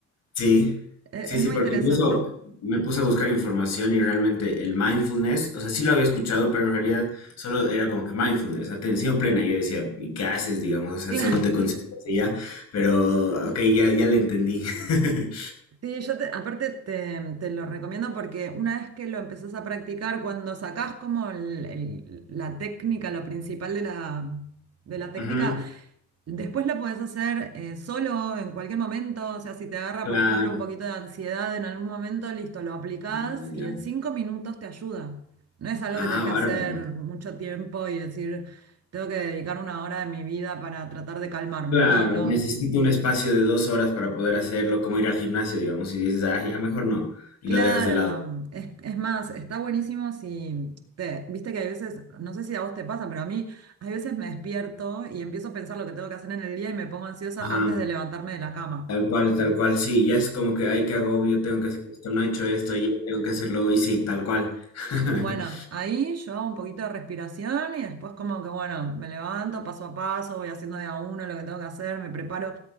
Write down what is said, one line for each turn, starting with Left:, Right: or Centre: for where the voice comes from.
Left: Sí,
Right: E-
Left: sí,
Right: Es
Left: sí,
Right: muy
Left: porque
Right: interesante.
Left: incluso
Right: <laughs>
Left: me puse a buscar información y realmente el mindfulness, o sea, sí lo había escuchado, pero en realidad solo era como que mindfulness, atención plena. Y yo decía, ¿y qué haces, digamos? O sea,
Right: Claro.
Left: solo te concentras y ya, pero ok, ya, ya le entendí. <laughs>
Right: Sí, yo te- aparte te, te lo recomiendo porque una vez que lo empezás a practicar, cuando sacás como el- el- la técnica, lo principal de la, de la técnica,
Left: Ujú,
Right: Después lo podés hacer eh, solo en cualquier momento, o sea, si te agarra,
Left: claro.
Right: por ejemplo, un poquito de ansiedad en algún momento, listo, lo aplicás
Left: Ah, ya.
Right: y en cinco minutos te ayuda. No es algo
Left: Ah,
Right: que tenés que
Left: bárbaro.
Right: hacer mucho tiempo y decir, tengo que dedicar una hora de mi vida para tratar de calmarme.
Left: Claro,
Right: No, no.
Left: necesito un espacio de dos horas para poder hacerlo, como ir al gimnasio, digamos, y dices, ah, ya mejor no, y
Right: Claro,
Left: lo dejas de lado.
Right: es, es más, está buenísimo si te, viste que hay veces, no sé si a vos te pasa, pero a mí hay veces me despierto y empiezo a pensar lo que tengo que hacer en el día y me pongo ansiosa
Left: Ajá,
Right: antes de levantarme de la cama.
Left: tal cual, tal cual, sí, ya es como que, ay, qué agobio, tengo que hacer esto, no he hecho esto ayer, tengo que hacerlo hoy, sí, tal cual. <laughs>
Right: Bueno, ahí yo hago un poquito de respiración y después como que, bueno, me levanto paso a paso, voy haciendo de a uno lo que tengo que hacer, me preparo.